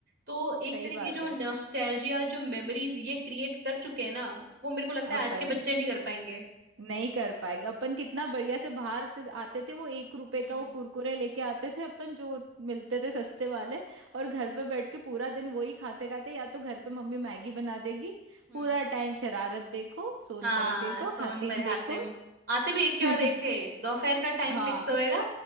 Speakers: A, on the right; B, on the right.
A: तो एक
B: सही
A: तरीके
B: बात
A: की जो
B: है
A: नॉस्टैल्जिया जो मेमोरीज ये क्रिएट कर चुके हैं ना वो मेरे को लगता है
B: अपन
A: आज के बच्चे नहीं कर पाएंगे
B: नहीं कर पाएंगे अपन कितना बढ़िया से बाहर से आते थे वो एक रुपए
A: हम्म
B: का वो कुरकुरे लेके आते थे अपन जो मिलते थे सस्ते वाले और घर पे बैठ के पूरा दिन वही खाते खाते या तो घर पे मम्मी मैगी बना देगी
A: हम्म
B: पूरा टाइम शरारत देखो सोनपरी
A: हाँ
B: देखो
A: सोन
B: हातिम
A: पर
B: देखो
A: हातिम आते भी एक के
B: <laughs>
A: बाद एक थे दोपहर का टाइम
B: हाँ
A: फिक्स होएगा